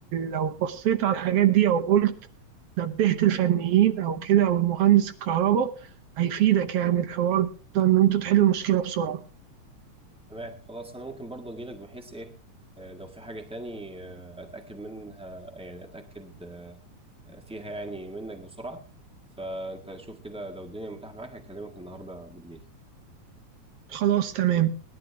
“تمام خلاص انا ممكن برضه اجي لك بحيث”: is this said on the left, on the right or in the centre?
Centre